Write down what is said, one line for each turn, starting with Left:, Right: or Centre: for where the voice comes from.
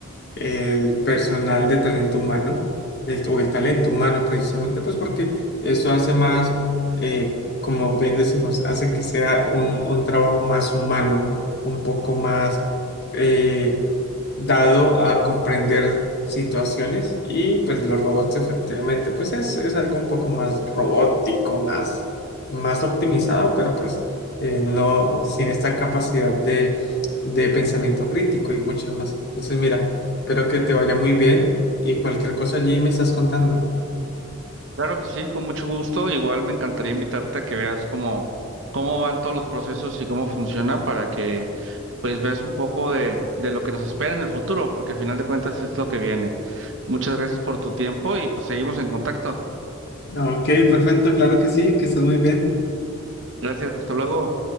Left: el personal de talento humano, el- o el talento humano precisamente, pues porque eso hace más, eh, como bien decimos, hace que sea un, un trabajo más humano, un poco más eh, dado a comprender situaciones y pues los robots efectivamente pues es, es algo un poco más robótico, más, más optimizado, pero pues eh, no sin esta capacidad de, de pensamiento crítico y muchas más. Entonces mira, espero que te vaya muy bien y cualquier cosa allí me estás contando.
Right: Claro que sí, con mucho gusto. Igual me encantaría invitarte a que veas cómo, cómo van todos los procesos y cómo funciona para que pues veas un poco de, de lo que nos espera en el futuro, porque al final de cuentas es lo que viene. Muchas gracias por tu tiempo y pues seguimos en contacto.
Left: Ok, perfecto, claro que sí, que estás muy bien.
Right: Gracias, hasta luego.